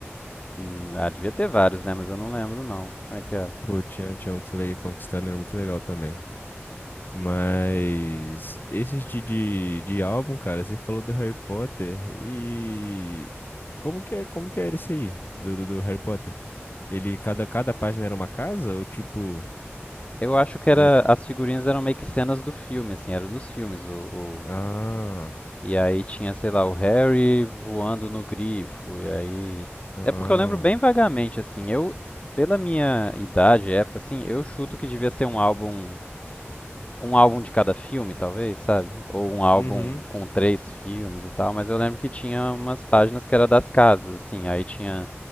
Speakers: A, on the left; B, on the left.
A: Hum, ah, devia ter vários, né? Mas eu não lembro não. Como é que era?
B: Pô, tinha, tinha um que você vai conquistando, era muito legal também. Mas esses de, de, de álbum, cara, você falou do Harry Potter e como que é, como que era esse aí do, do, do Harry Potter? Ele cada cada página era uma casa ou tipo
A: Eu acho que era
B: era...
A: as figurinhas eram meio que cenas do filme, assim, era dos filmes o
B: Ah,
A: E aí tinha, sei lá, o Harry voando no grifo. E aí.
B: ah.
A: É porque eu lembro bem vagamente, assim. Eu, pela minha idade, época, assim, eu chuto que devia ser um álbum. Um álbum de cada filme, talvez, sabe? Ou um álbum
B: Uhum.
A: com três filmes e tal. Mas eu lembro que tinha umas páginas que era das casas, assim. Aí tinha